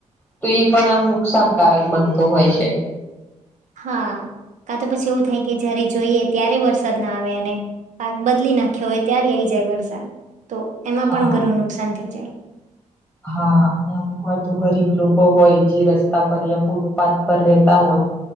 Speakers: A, in the centre; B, on the right.
A: તો એ પણ આમ નુકસાનકારક બનતો હોય છે.
B: હા કા તો પછી એવું થાય કે જયારે જોઈએ ત્યારે વરસાદ ના આવે અને પાક બદલી નાખ્યો હોય ત્યારે આઈ જાય વરસાદ તો એમાં
A: હા
B: પણ ઘરું નુકસાન થઈ જાય.
A: હા અને અમુક વાર તો ગરીબ લોકો હોય જે રસ્તા પર યા ફૂટપાથ પર રેતા હોય.